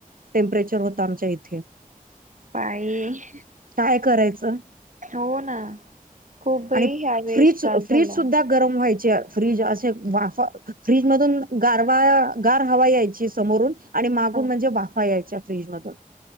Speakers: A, on the right; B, on the right.
A: टेम्परेचर होत आमच्या इथे
B: बाई
A: काय करायचं
B: हो ना खूपही
A: आणि
B: ह्या वेळेस
A: फ्रीज
B: त्रास
A: फ्रीज
B: झाला
A: सुद्धा गरम व्हायचे फ्रीज असे वाफ फ्रीज मधून गारवा गार हवा यायची समोरून आणि मागून
B: ह
A: म्हणजे वाफवा यायच्या फ्रीजमधून